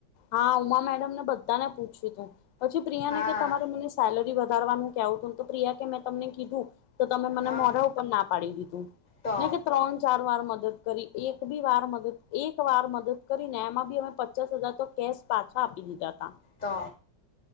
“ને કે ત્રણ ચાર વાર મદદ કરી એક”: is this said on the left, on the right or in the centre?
Left